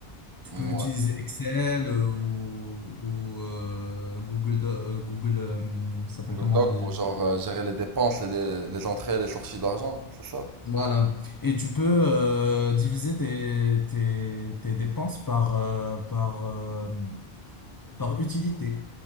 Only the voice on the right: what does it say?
ouais.
Google
Doc
pour genre euh, gérer les dépenses et les, les entrées et les sorties d'argent, c'est ça?